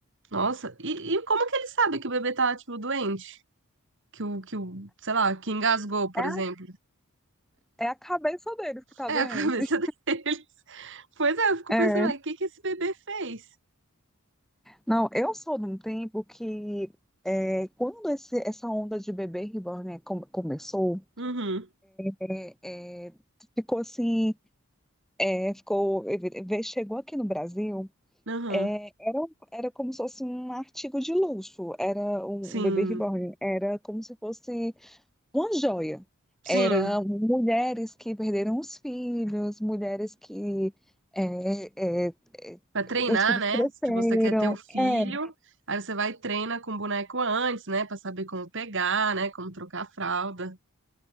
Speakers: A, on the right; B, in the centre.
A: Nossa, e, e como que ele sabe que o bebê tá, tipo, doente? Que o, que o, sei lá, que engasgou, por
B: É, a-
A: exemplo.
B: é a cabeça deles que tá
A: É
B: doente.
A: a <laughs> cabeça deles. Pois é, eu fico
B: É.
A: pensando, o que que esse bebê fez?
B: Não, eu sou de um tempo que é, quando esse, essa onda de bebê reborn né, come- começou.
A: Uhum,
B: é, é, ficou assim, é, ficou, ve- chegou aqui no Brasil,
A: uhum.
B: é, era, um, era como se fosse um artigo de luxo, era um,
A: Sim,
B: um bebê reborn, era como se fosse uma joia.
A: sim.
B: Era mulheres que perderam os filhos, mulheres que é, é, é,
A: Pra treinar,
B: os filhos
A: né?
B: cresceram.
A: Tipo, você quer ter o filho,
B: É,
A: aí você vai e treina com o boneco antes, né? Pra saber como pegar, né? Como trocar a fralda.